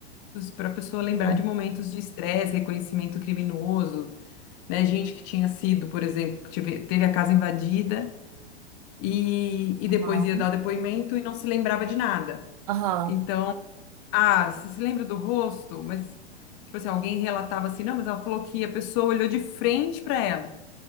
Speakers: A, on the left (about 30°); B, on the right (about 35°).
A: para a pessoa lembrar
B: Bom,
A: de momentos de estresse, reconhecimento criminoso, né? Gente que tinha sido, por exemplo, que tive- teve a casa invadida e, e depois
B: Aham.
A: ia dar o depoimento e não se lembrava de nada.
B: Aham.
A: Então, ah, você se lembra do rosto? Mas, tipo assim, alguém relatava assim, não, mas ela falou que a pessoa olhou de frente para ela.